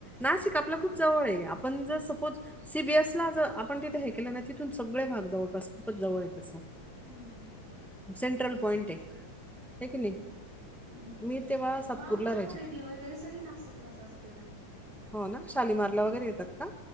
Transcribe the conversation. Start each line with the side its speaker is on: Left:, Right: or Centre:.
Centre: नाशिक आपला खूप जवळ आहे आपण जर सपोज सीबीएस ला आपण तिथे हे केलं ना तिथून सगळे भाग जवळपास खूपच जवळ य असं
Right: हम्
Centre: सेंट्रल पॉइंट आहे
Right: हम्म
Centre: हे क नाही
Right: हम्म
Centre: मी तेव्हा सातपूरला
Right: मग आमची
Centre: राहायचे
Right: खरेदी वगैरे सगळे नाशिकलाच असते ना
Centre: हो ना शालीिमारला
Right: हम्म
Centre: वगैरे येतात का